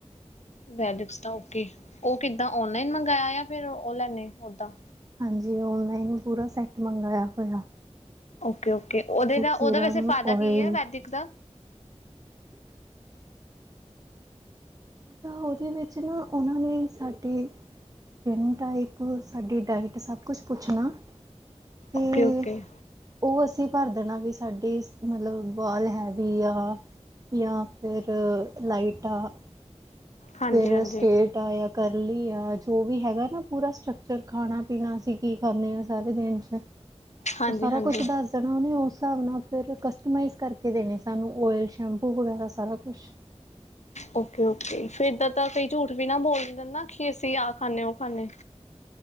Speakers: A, on the left; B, on the right.
A: ਵੈਦੀਕਸ ਦਾ ਓਕੇ, ਉਹ ਕਿੱਦਾਂ ਔਨਲਾਈਨ ਮੰਗਵਾਆ ਜਾਂ ਫਿਰ ਉਹ ਲੈਂਦੇ ਓਦਾਂ।
B: ਹਾਂਜੀ। ਔਨਲਾਈਨ ਪੂਰਾ ਸੈੱਟ ਮੰਗਵਾਇਆ ਪਿਆ।
A: ਓਕੇ -ਓਕੇ, ਉਹਦੇ ਦਾ ਉਹਦਾ
B: ਸਿਰਮ,
A: ਵੈਸੇ ਫਾਇਦਾ
B: ਓਇਲ
A: ਕੀ ਐ। ਵੈਦਿਕ ਦਾ
B: ਤਾਂ ਉਹਦੇ ਵਿੱਚ ਨਾ ਉਹਨਾਂ ਨੇ ਸਾਡੀ ਸਕਨ ਟਾਈਪ, ਸਾਡੀ ਡਾਇਟ ਸਭ ਕੁਛ ਪੁੱਛਣਾ। ਤੇ
A: ਓਕੇ-ਓਕੇ
B: ਉਹ ਅਸੀਂ ਭਰ ਦੇਣਾ ਵੀ ਸਾਡੇ, ਮਤਲਬ ਵਾਲ ਹੈਵੀ ਆ ਜਾਂ ਫਿਰ ਲਾਈਟਾਂ ਆ।
A: ਹਾਂਜੀ
B: ਫੇਰ
A: ਹਾਂਜੀ
B: ਸਟੇਟ ਯਾ ਕਰਲੀ ਆ ਜੋ ਵੀ ਹੈਗਾ। ਨਾ ਪੂਰਾ ਸਟਕਚਰ ਖਾਣਾ -ਪੀਣਾ ਅਸੀਂ ਕੀ ਖਾਂਦੇ ਹਾਂ। ਸਾਰੇ ਦਿਨ 'ਚ
A: ਹਾਂਜੀ
B: ਉਹ ਸਾਰਾ
A: ਹਾਂਜੀ
B: ਕੁਛ ਦੱਸ ਦੇਣਾ। ਉਸ ਹਿਸਾਬ ਨਾਲ ਫ਼ਿਰ ਕਸਟਮਾਈਜ਼ ਕਰਕੇ ਦੇਣੇ ਸਾਨੂੰ। ਓਇਲ, ਸ਼ੈਂਪੂ ਵਗੈਰਾ ਸਾਰਾ ਕੁਛ
A: ਓਕੇ- ਓਕੇ। ਫਿਰ ਦਾਂ ਤਾਂ ਕਈ ਝੂਠ ਵੀ ਨਾ ਬੋਲ ਦਿੰਦੇ ਨਾ। ਕਿ ਅਸੀਂ ਆਹ ਖਾਂਦੇ, ਉਹ ਖਾਂਦੇੇ